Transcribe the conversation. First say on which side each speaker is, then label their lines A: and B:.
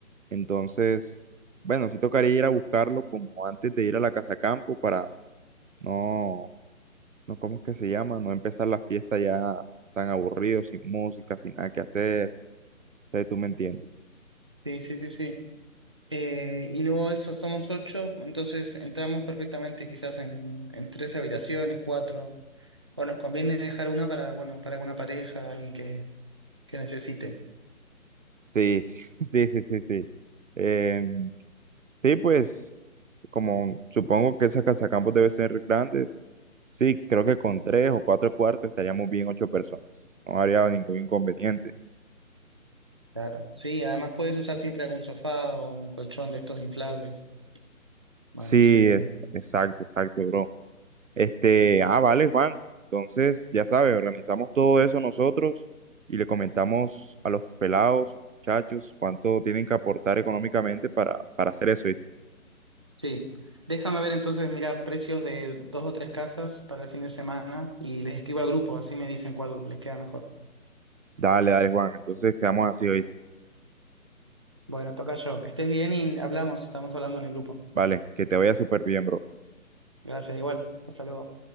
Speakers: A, on the right; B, on the right.
A: entonces, bueno, sí tocaría ir a buscarlo como antes de ir a la casa campo para no no, ¿cómo es que se llama? No empezar la fiesta ya tan aburrido, sin música, sin nada que hacer. Entonces, tú me entiendes.
B: Sí, sí, sí, sí. Eh, y luego de eso somos ocho, entonces entramos perfectamente quizás en, en tres habitaciones, cuatro, o nos conviene dejar una para, bueno, para alguna pareja, alguien que, que necesite.
A: Sí, sí, <laughs> sí, sí, sí, sí. Em, sí, pues, como supongo que esas casacampos deben ser grandes, sí, creo que con tres o cuatro cuartos estaríamos bien ocho personas. No habría ningún inconveniente.
B: Claro. Sí, además puedes usar siempre algún sofá o un colchón de estos inflables. Bueno,
A: Sí,
B: sí.
A: e- exacto,
B: Sí.
A: exacto, bro. Este,
B: <laughs>
A: ah, vale, Juan. Entonces, ya sabes, organizamos todo eso nosotros y le comentamos a los pelados, muchachos, cuánto tienen que aportar económicamente para, para hacer eso, ¿viste?
B: Sí. Déjame ver entonces, mirar precios de dos o tres casas para el fin de semana y les escribo al grupo, así me dicen cuál les queda mejor.
A: Dale, dale, Juan. Entonces, quedamos así, ¿viste?
B: Bueno, toca yo. Que estés bien y hablamos, estamos hablando en el grupo.
A: Vale, que te vaya súper bien, bro.
B: Gracias, igual. Hasta luego.